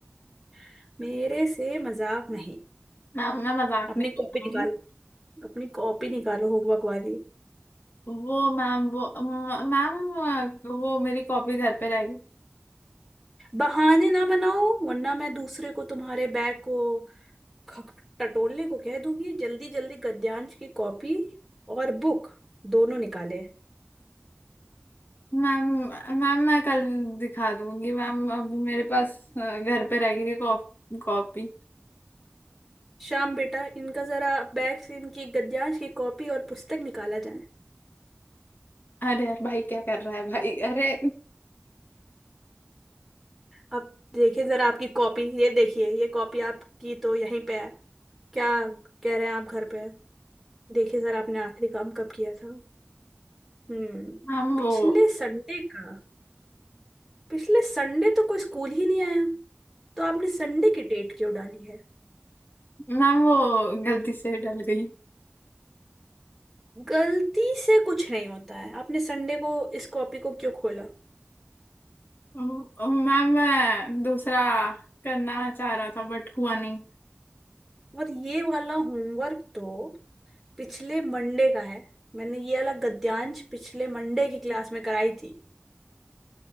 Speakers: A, in the centre; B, on the left.
A: <laughs> मेरे से मजाक नहीं
B: मैम मैं मजाक
A: अपनी
B: नहीं कर
A: कॉपी
B: रहा हूँ
A: निकालो अपनी कॉपी निकालो होमवर्क वाली
B: वो मैम वो म- मैम वो मेरी कॉपी घर पे रह गई
A: बहाने ना बनाओ वरना मैं दूसरे को तुम्हारे बैग को ख- टटोलने को कह दूंगी जल्दी जल्दी गद्यांश की कॉपी और बुक दोनों निकाले
B: मैम मैम मैं कल दिखा दूंगी मैम अभी मेरे पास अ, घर पे रह गई है कॉप, कॉपी
A: श्याम बेटा इनका जरा बैग से इनकी गद्यांश की कॉपी और पुस्तक निकाला जाए
B: अरे यार भाई क्या कर रहा है भाई अरे
A: अब देखिए जरा आपकी कॉपी ये देखिए ये कॉपी आपकी तो यहीं पे है क्या कह रहे हैं आप घर पे देखिए जरा आपने आखिरी काम कब किया था हम्म
B: मैम
A: पिछले
B: वो
A: संडे का पिछले संडे तो कोई स्कूल ही नहीं आया तो आपने संडे की डेट क्यों डाली है
B: मैम वो गलती से डल गई
A: गलती से कुछ नहीं होता है आपने संडे को इस कॉपी को क्यों खोला
B: मैम मैं दूसरा करना चाह रहा था बट हुआ नहीं
A: और ये वाला होमवर्क तो पिछले मंडे का है मैंने ये वाला गद्यांश पिछले मंडे की क्लास में कराई थी